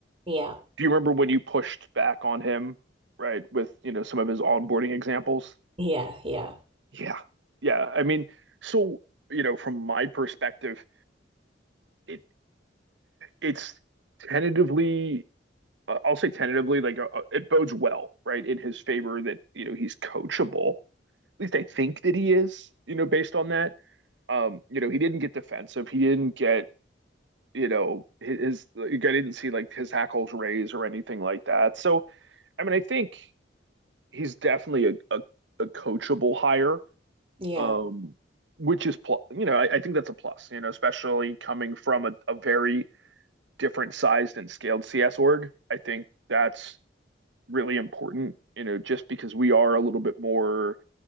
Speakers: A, on the right; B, on the right.
A: Yeah,
B: do you remember when you pushed back on him, right, with, you know, some of his onboarding examples?
A: yeah, yeah,
B: Yeah. Yeah. I mean, so, you know, from my perspective, it it's tentatively uh, I'll say tentatively like uh, uh, it bodes well, right, in his favor that, you know, he's coachable. At least I think that he is, you know, based on that. Um, you know, he didn't get defensive. He didn't get, you know, his, his like, I didn't see like his hackles raise or anything like that. So, I mean, I think he's definitely a, a, a coachable hire,
A: yeah,
B: um, which is, pl- you know, I, I think that's a plus, you know, especially coming from a, a very different sized and scaled CS org. I think that's really important, you know, just because we are a little bit more